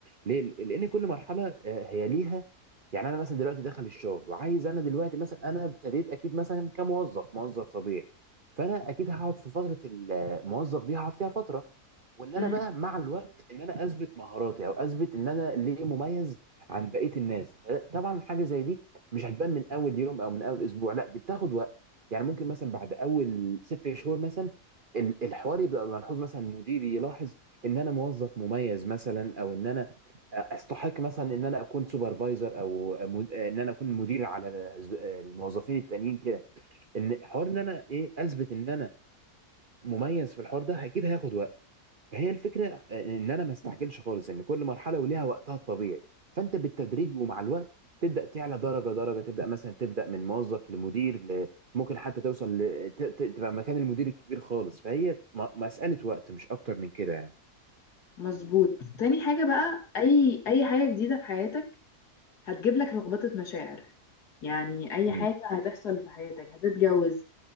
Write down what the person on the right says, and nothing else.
ليه لان كل مرحله آه، هي ليها يعني انا مثلا دلوقتي داخل الشغل وعايز انا دلوقتي مثلا انا ابتديت اكيد مثلا كموظف موظف طبيعي فانا اكيد هقعد في فتره الموظف دي هقعد فيها فتره وان انا
بقى مع الوقت ان انا اثبت مهاراتي او اثبت ان انا ليه مميز عن بقيه الناس طبعا حاجه زي دي مش هتبان من اول يوم او من اول اسبوع لا دي بتاخد وقت يعني ممكن مثلا بعد اول ست شهور مثلا ال- الحوار يبقى ملحوظ مثلا مديري يلاحظ ان انا موظف مميز مثلا او ان انا استحق مثلا ان انا اكون سوبرفايزر او مد- ان انا اكون مدير على الموظفين التانيين كده ان حوار ان انا ايه اثبت ان انا مميز في الحوار ده اكيد هياخد وقت فهي الفكره آه، ان انا ما استعجلش خالص ان كل مرحله وليها وقتها الطبيعي فانت بالتدريج ومع الوقت تبدا تعلى درجه درجه تبدا مثلا تبدا من موظف لمدير ل... ممكن حتى توصل ل... ت... ت... تبقى مكان المدير الكبير خالص فهي م... مساله وقت مش اكتر من كده يعني
امم